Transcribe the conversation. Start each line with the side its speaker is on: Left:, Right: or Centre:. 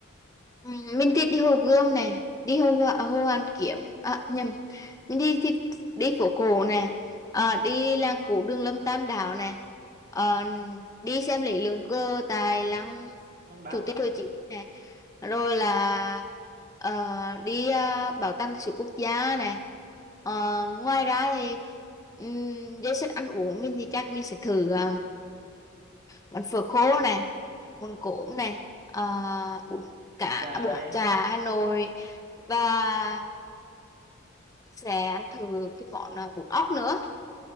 Left: Ừ, mình thì đi Hồ Gươm này đi Hồ Ho- Hồ Hoàn Kiếm à, nhầm mình đi thì đi phố cổ này à, đi làng cổ Đường Lâm Tam Đảo này Ờ, đi xem lễ lượng cơ tại lăng
Right: Lăng Bác
Left: Chủ tịch Hồ Chí Minh này rồi là ờ, đi ờ, bảo tàng lịch sử quốc gia này Ờ, ngoài ra thì um, danh sách ăn uống mình thì chắc mình sẽ thử ờ, món phở khô này món cốm này à, bún cá
Right: bún chả
Left: à, bún
Right: này
Left: chả Hà Nội và sẽ ăn thử cái món à, bún ốc nữa